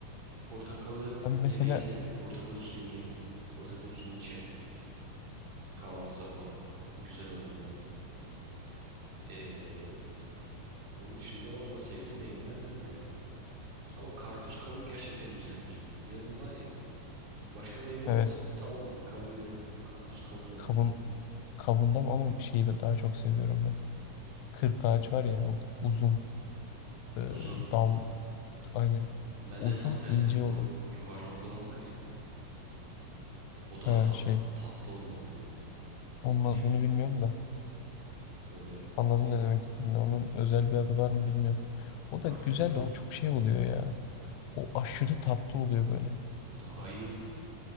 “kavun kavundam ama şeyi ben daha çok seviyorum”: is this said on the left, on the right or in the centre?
Left